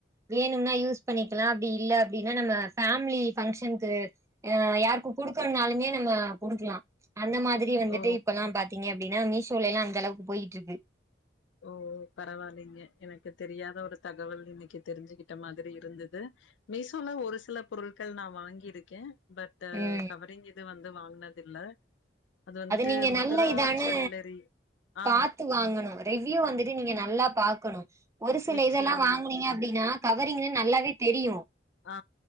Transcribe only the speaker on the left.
ஓ
ஓ பரவா இல்லைங்க எனக்கு தெரியாத ஒரு தகவல் இன்னைக்கி தெரிஞ்சுகிட்ட மாதிரி இருந்தது மீசோல ஒரு சில பொருட்கள் நா வாங்கியிருக்கே பட்
கவரிங் இது வந்து வாங்கனது இல்ல அது வந்துட்டு
மதுரா
ஜுவல்லரி ஆ
நிச்சயமா
ஆ